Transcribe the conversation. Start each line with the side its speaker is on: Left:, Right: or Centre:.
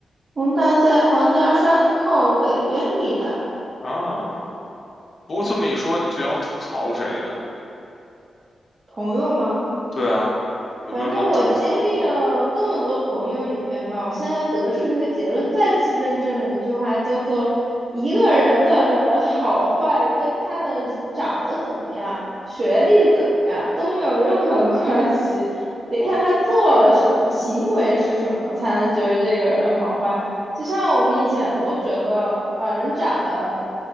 Right: 蒙大在皇家山靠北边地带，
Left: 啊，不过这么一说，
Right: 嗯，
Left: 你最想吐槽谁呢？
Right: 朋友吗？
Left: 对啊，有没有想吐槽的朋友？
Right: 反正我经历了那么多朋友里面吧，我现在得出一个结论，再次认证了一句话，叫做一个人的好坏跟他的长得怎么样、学历怎么样都没有任何关系，得看他做了什么，
Left: 哦，
Right: 行为是什么，才能觉得这个人好坏。就像我们以前都觉得啊，人长得